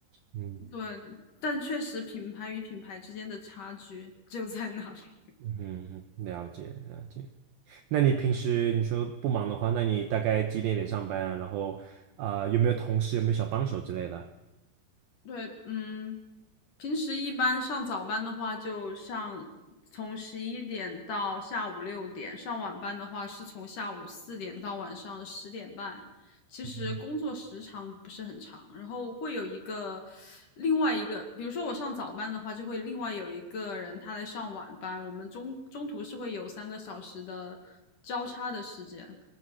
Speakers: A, on the right; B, on the left.
A: 嗯
B: 对，但确实品牌与品牌之间的差距就在那里。
A: 嗯哼了解了解。那你平时你说不忙的话，那你大概几点点上班啊然后啊、呃有没有同事，有没有小帮手之类的？
B: 对，嗯，平时一般上早班的话，就上从十一点到下午六点；上晚班的话，是从下午四点到晚上十点半。其实工作时长不是很长，
A: 嗯
B: 然后会有一个另外一个，比如说我上早班的话，就会另外有一个人他来上晚班，我们中中途是会有三个小时的交叉的时间。